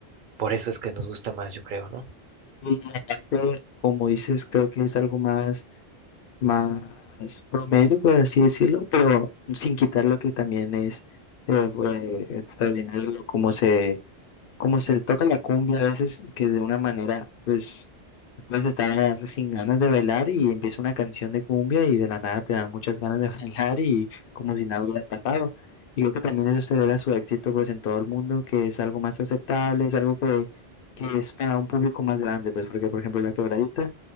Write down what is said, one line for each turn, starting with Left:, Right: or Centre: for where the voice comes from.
Right: Por eso es que nos gusta más, yo creo, ¿no?
Left: Y aparte, como dices, creo que es algo más, más promedio, por así decirlo, pero sin quitar lo que también es eh, pues, extraordinario, como se, como se toca la cumbia a veces, que de una manera, pues Vas a estar sin ganas de bailar y empieza una canción de cumbia y de la nada te dan muchas ganas de <laughs> bailar y como si nada hubiera pasado. Y creo que también eso se debe a su éxito pues en todo el mundo, que es algo más aceptable, es algo que, que es para un público más grande, pues porque por ejemplo la quebradita